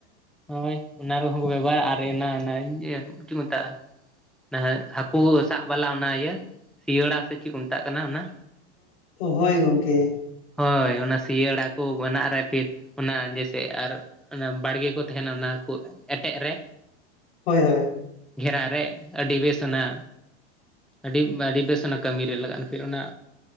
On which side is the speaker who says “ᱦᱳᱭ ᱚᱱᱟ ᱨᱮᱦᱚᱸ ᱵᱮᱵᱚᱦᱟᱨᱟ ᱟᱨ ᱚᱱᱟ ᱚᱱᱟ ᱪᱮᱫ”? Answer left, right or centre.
Centre